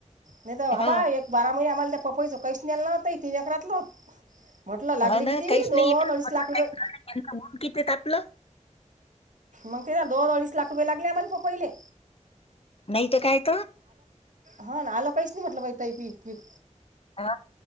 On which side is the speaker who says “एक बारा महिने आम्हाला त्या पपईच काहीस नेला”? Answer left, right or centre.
Right